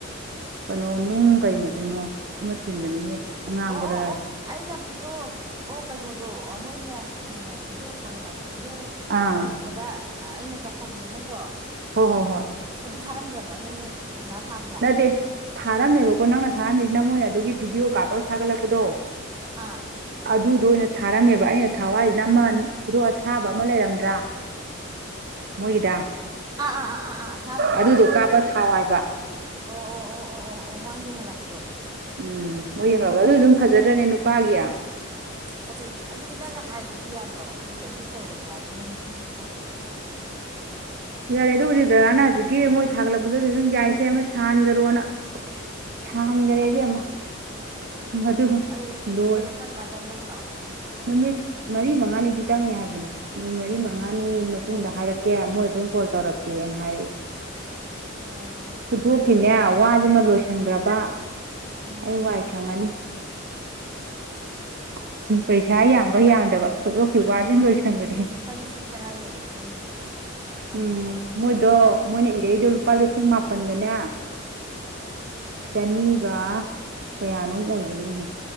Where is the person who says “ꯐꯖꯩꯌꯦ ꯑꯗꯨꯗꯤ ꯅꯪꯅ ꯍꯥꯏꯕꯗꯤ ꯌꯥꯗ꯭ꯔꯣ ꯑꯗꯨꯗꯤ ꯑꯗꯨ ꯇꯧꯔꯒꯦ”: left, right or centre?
Right